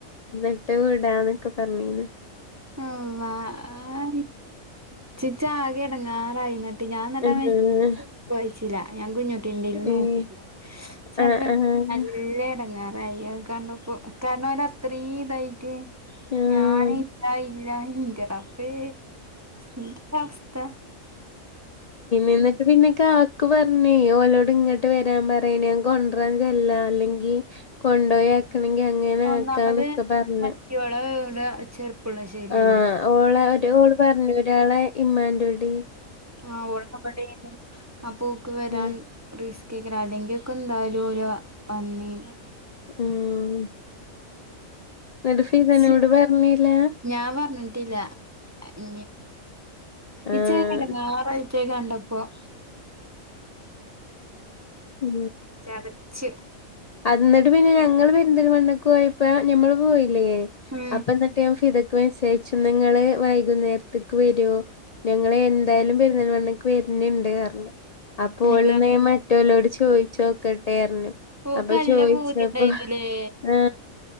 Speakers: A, on the left; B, on the right.
A: ന്നട്ട് വിടാന്നൊക്കെ പറഞ്ഞിന്നു
B: <unintelligible> ഇച്ച് ആകെ എ ടങ്ങാറായതാണ് ഞാൻ നട്ട
A: ആഹ്
B: മായിച്ചില്ല ഞാ കുഞ്ഞട്ടി <unintelligible>
A: ഏഹ്
B: പ്പോ
A: ആഹ് ആഹ്
B: നല്ല ഇടങ്ങാറഴി കണ്ടപ്പൊ കാരണം അവ അത്രയും ഇതായിട്ട്
A: ആഹ്
B: ഞാൻ ക ഇല്ല ഇല്ല ഇന്റെറബ്ബേ എന്ത അവസ്ഥ
A: എന്നിട്ട് പിന്നെ കാ ക്ക് പറഞ്ഞേ ഓലോട് ഇങ്ങോട്ട് വരാൻ പറയ ഞാൻ കൊണ്ടരാൻ ചെല്ലാം അല്ലെങ്കിൽ കൊണ്ടായ ആക്കണെങ്കി അങ്ങനെ
B: ഒന്നാമത്
A: ആക്കാന്നൊക്കെ പറഞ്ഞു
B: മറ്റോള് ഇവിടെ ചെർപ്പുളശ്ശേരിയല്ലേ
A: ആ ഓള ഒരു ഓള് പറഞ്ഞു ഒരാളെ ഇമ്മാന്റെ ഉടി
B: ആ്ഓടെ ആ പൂക്ക് വരാൻ
A: ആഹ്
B: റിസ്ക്കാകാരം അല്ലെങ്കി നക്ക എന്തായാലും ഒര് വന്നീ
A: ഉം എന്നിട്ട് ഫിദനോട്
B: ച്ചേ
A: പറഞ്ഞില്ല
B: ഞാൻ പറഞ്ഞ് ടില്ല ഇനി
A: ആഹ്
B: ഇച്ചങ്ങ എടങ്ങേറായിട്ട് കണ്ട പപം
A: ഉ
B: ചടച്ചു
A: അത്ന്ന് പിന്നെ ഞങ്ങൾ പെരിൻതൽമണ്ണക്ക് പോയപ്പോ ഞമ്മള് പോയില്ലേ
B: ഉം
A: അപ്പന്നട്ട് ഞാൻ ഫിത മസരിച്ചുംൺ നിങ്ങള് വൈകുന്നേരത്തേക്ക് വരുമോ ഞങ്ങൾ എന്തായാലും പെരുന്നൽ മണ്ണക്ക് വര വര്ന്ന്ണ്ട്അറിഞ്ഞ് അപ്പോൾന്ന്ൻ
B: അല്ല
A: മറ്റലോട് ചോയിച്ച് നോക്കട്ടെ അറഞ്ഞു
B: ഓക്ക്
A: ആപ്പൊചൊയിച്ചപ്പൊ
B: നല്ല പൂതിണ്ടായിരുന്നുല്ലേ
A: ആ